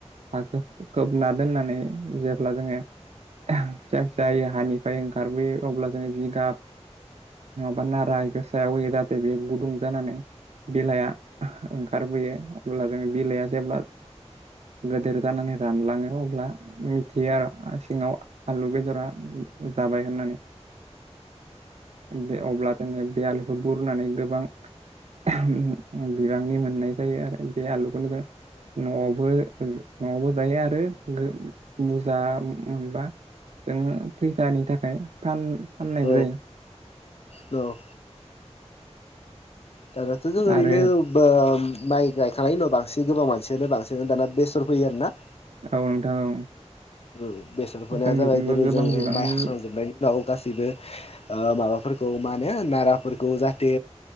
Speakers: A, on the right (about 70°); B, on the left (about 60°).
A: हाखो खोबना दोननानै जे ब्ला आहाम जोङो फिसा फिसा हानिफ्राय ओंखारबोयो अब्ला जोङो जिगाब बा नारा इखो सायाव होयो जाहाथे बियो गुदुं जानानै बिलाइआ ओंखारबोयो अब्ला जों बिलाइआ जेब्ला गोदोर जानानै रानलाङो अब्ला थेयो आरो आ सिङाव आ-आलु बेदरा जाबाय होननानै बे अब्ला जोङो बे आलुखौ बुरनानै गोबां आहाम बिबांनि मोननाय जायो आरो बे आलुखौनो जों न'आवबो न'आवबो जायो आरो गो बुरजा मो-मोनबा जोङो फैसानि थाखाय फान फाननायबो
B: औ
A: जायो
B: औ औ दानाथ' जों ओरैनो
A: आरो
B: बा माइ गायखांनायनि उनाव बांसि न गोबां मानसियानो बांसिनानो दाना बेसर फैयो आरो ना
A: औ नोंथां औ
B: ओं बेसर फोनाया
A: जोंनिथिंबो
B: जाबाय जेरै
A: गोबां
B: जोङो
A: बिबांनि
B: माइ हाखांजोबनायनि उनाव गासैबो आ माबाफोरखौ मा होनो नाराफोरखौ जाहाथे